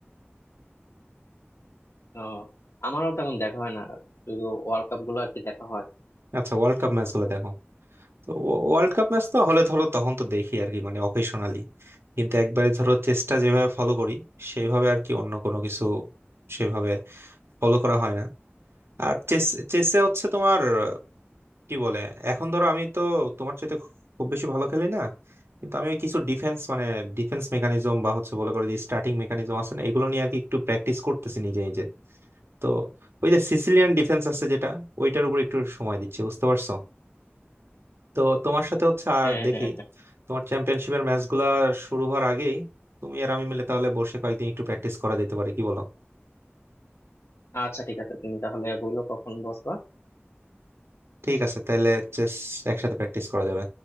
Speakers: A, on the left; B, on the right.
A: তো আমারও তেমন দেখা হয় না শুধু ওয়ার্ল্ড কাপ গুলো আর কি দেখা হয়
B: আচ্ছা ওয়ার্ল্ড কাপ ম্যাচ গুলো দেখো তো ওয়া- ওয়ার্ল্ড কাপ ম্যাচ তো হলে ধরো তখন তো দেখি আর কি মানে অকেশনালি কিন্তু একবারে ধরো চেসটা যেভাবে ফলো করি সেইভাবে আর কি অন্য কোনো কিছু সেভাবে ফলো করা হয় না আর চেস চেসে হচ্ছে তোমার আহ, কি বলে এখন ধরো আমি তো তোমার চাইতে খুব বেশি ভালো খেলি না কিন্তু আমি ওই কিছু ডিফেন্স মানে ডিফেন্স মেকানিজম বা হচ্ছে বলে করে যে স্টার্টিং মেকানিজম আছে না এগুলো নিয়ে আর কি একটু প্র্যাকটিস করতেছি নিজে নিজে তো ওই যে সিসিলিয়ান ডিফেন্স আছে যেটা ওইটার উপর একটু সময় দিচ্ছি বুঝতে পারছো তো তোমার সাথে হচ্ছে আর
A: হ্যাঁ
B: দেখি
A: হ্যাঁ হ্যাঁ
B: তোমার চ্যাম্পিয়নশিপের ম্যাচগুলা শুরু হওয়ার আগেই তুমি আর আমি মিলে তাহলে বসে কয়েকদিন একটু প্র্যাকটিস করা যেতে পারে কি বলো
A: আচ্ছা ঠিক আছে তুমি তাহলে বললো কখন বসবা
B: ঠিক আছে তাহলে চেস একসাথে প্র্যাকটিস করা যাবে